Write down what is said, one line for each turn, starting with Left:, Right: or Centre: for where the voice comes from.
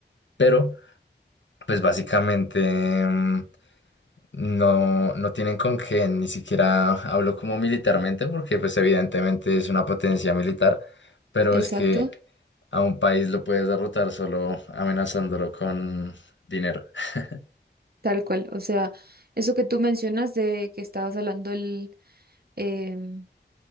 Left: pero pues básicamente mm, no, no tienen con qué, ni siquiera hablo como militarmente, porque pues evidentemente es una potencia militar, pero
Right: exacto.
Left: es que a un país lo puedes derrotar solo amenazándolo con dinero. <laughs>
Right: Tal cual, o sea, eso que tú mencionas de que estabas hablando el, em,